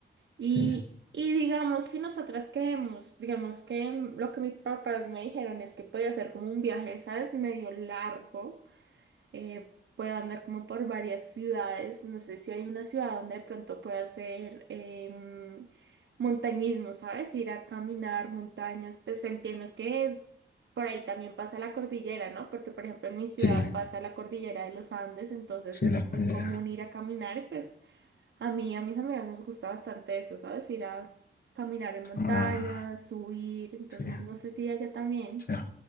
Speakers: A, on the right (about 70°); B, on the left (about 50°).
A: Y,
B: sí,
A: y digamos, si nosotras queremos, digamos que mm, lo que mis papás me dijeron es que podía hacer como un viaje, ¿sabes? Medio largo, eh, puedo andar como por varias ciudades, no sé si hay una ciudad donde de pronto pueda hacer em, montañismo, ¿sabes? Ir a caminar montañas, pues entiendo que por ahí también pasa la cordillera, ¿no? Porque por ejemplo en mi ciudad
B: sí,
A: pasa la cordillera de los Andes, entonces
B: sí,
A: es
B: la
A: muy
B: playa,
A: común ir a caminar y pues... A mí, a mis amigas nos gusta bastante eso, ¿sabes? Ir a caminar en montañas,
B: ah,
A: subir, entonces
B: sí.
A: no sé si allá también.
B: sí.